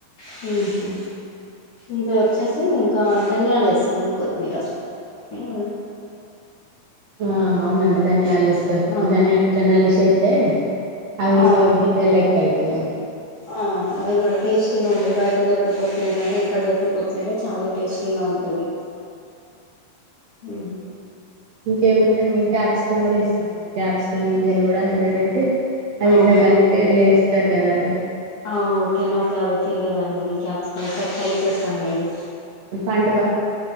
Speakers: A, on the left (about 55°); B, on the right (about 70°).
A: హహా ఇది వచ్చేసి ఇంకా ధన్యాలు వేసాను కొత్తిమీర ఉ
B: ఆ అవునండి దాని ఆలస్ స్ తోటి
A: ఆ
B: ధన్యాలు ఇక్క నలిశెత్తే ఆవి
A: ఆ
B: ఇట్లా బిందె లెక్క అయితయి.
A: ఆ అవి కూడా టేస్టీగా ఉంటాయి. బయట దొరికే కొత్తి మీర కంటే ఇంట్లా దొరికి కొత్ మీరే చాలా టేస్టీగా ఉం అదే ఉహుం
B: ఇంకేముంటాది మేము క్యాప్సికం కూడా ఎస్తామండి క్యాప్సికం గింజలు కూడా ఎండబెట్టి అవి
A: అవునా
B: ఇంత కలిపి అల్లా ఏస్తారు కదండి.
A: ఆ ఓకే నాకు అది తెలియదండి నేను కాప్సికం తొ ఒకసారి ట్రై చేస్తాను లేండి.
B: పండువ